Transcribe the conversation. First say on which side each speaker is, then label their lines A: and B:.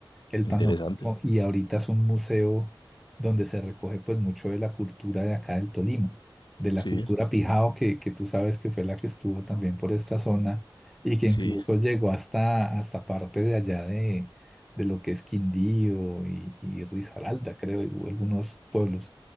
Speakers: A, in the centre; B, on the left.
A: el
B: interesante,
A: Panóptico y ahorita es un museo donde se recoge pues mucho de la cultura de acá del Tolima, de la
B: sí,
A: cultura Pijao que, que tú sabes que fue la que estuvo también por esta zona y
B: sí,
A: que incluso llegó hasta, hasta parte de allá de, de lo que es Quindío y, y Risaralda, creo, y hubo algunos pueblos.